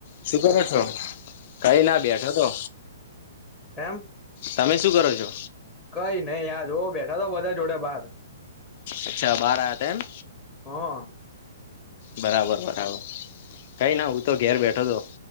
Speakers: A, on the left; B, in the centre.
A: શું કરો છો કાઈ ના બેઠો તો
B: એેમ
A: તમે શું કરો છો?
B: કઈ નહી યાર જોવ બેઠા તો બધા જોડે બાર
A: અચ્છા બહાર <unintelligible>
B: હા.
A: બરાબર બરાબર કઈ ના હું તો ઘેર બેઠો હતો